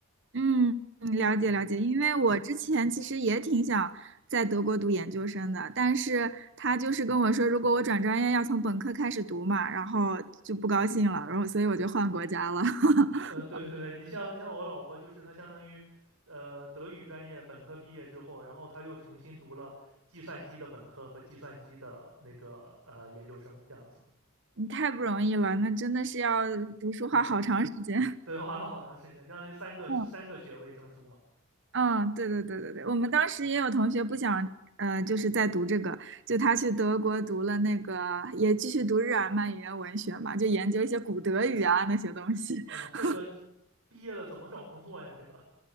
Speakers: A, on the right; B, on the right.
A: 嗯，嗯了解了解，
B: 对，
A: 因为我之前其实也挺想在德国读研究生的，但是他就是跟我说，如果我转专业要从本科开始读嘛，然后就不高兴了，然后所以我就换国家了。<laughs>
B: 呃，对对对，你像像我老婆，就是她相当于，呃，德语专业本科毕业之后，然后她又重新读了计算机的本科和计算机的那个呃研究生，这样子。
A: 你太不容易了，那真的是要读书花好长时间。
B: 对对，花了好长时间，相当于三个三个学位证书嘛。
A: <laughs> 嗯。嗯，对对对对对，我们当时也有同学不想，呃，就是在读这个，就他去德国读了那个，也继续读日耳曼语言文学嘛，就研究一些古德语啊那些东西，
B: 哇，
A: <laughs>
B: 这个毕业了怎么找工作呀？这个，